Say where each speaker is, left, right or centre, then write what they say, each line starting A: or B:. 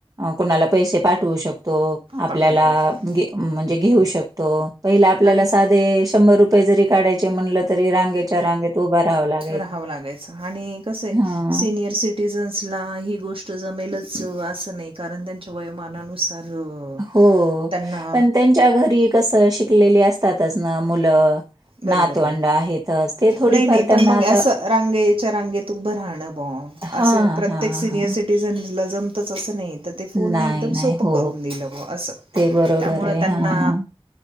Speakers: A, on the right; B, on the right.
A: कोणाला पैसे पाठवू शकत तो आपल्याला
B: पा बरं बरं
A: म्हणजे घेऊ शकतो पहिल आपल्याला
B: आणि
A: साधे शंभर रुप पय जरी काढायचे म्हणलं तरी रांग्याच्या रांगेत उभं राहां लाग
B: राहावं लागायचं आणि कसं आहे
A: हां.
B: सिनियर सिटिझन्सला ही गोष्ट जमेलच अस नाही कारण त्यांच्या वयोमानानुसार अ,
A: हो
B: त्यांना
A: पण त्यांच्या घरी कस शिकलेले असतातच ना मुलं
B: बर
A: नातवंड
B: बरं बरं
A: आहेतच. ते थोडीफार
B: नाही नाही
A: त्यांना
B: पण मग
A: आता
B: अस रांगेच्या रांगेत उभं राहणं बॉ
A: हां,
B: असे प्रत्येक
A: हां,
B: सिनियर
A: हां.
B: सिटीझनल तस नाही तर ते फोनने
A: नाही,
B: एकदम
A: नाही.
B: सोपं
A: हो.
B: करून दिलं म असं
A: ते बरोबर
B: त्यामुळ
A: आहे.
B: त्यांना
A: हां.